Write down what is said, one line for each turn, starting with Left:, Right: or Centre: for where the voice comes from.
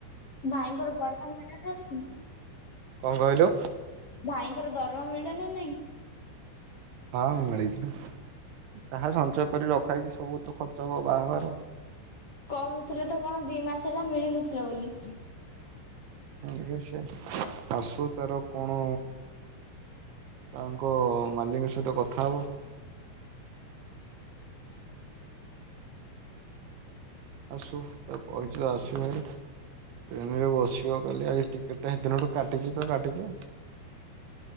Left: ଭାଇଙ୍କର ଦରମା ମିଳିଲା ନାଁ
Right: କଣ କହିଲୁ
Left: ଭାଇଙ୍କର ଦରମା ମି ଳା ନା ନାଇଁ?
Right: ହଁ ମିଳିଚି ନା ଯାହା ସଞ୍ଚୟ କରି ରଖା ହେଇଛି ସବୁ ତ ଖର୍ଚ୍ଚ ହବ ବାହାଘର
Left: କହୁଥିଲେ ତ କଣ ଦି ମାସ ହେଲା ମିଳିନଥିଲା ବୋଲି?
Right: ହୁଁ ସେ ଆସୁ ତାର କଣ ତାଙ୍କ ମାଲିକ ସହିତ କଥା ହବ। ଆସୁ ତାକୁ କହିଚି ତ ଆସିବ ହେରି ଟ୍ରେନ ରେ ବସିବ କାଲି ଆଜି ଟିକେଟ ଟା ହେଦିନ ଠୁ କାଟିଚି ତ କାଟିଚି।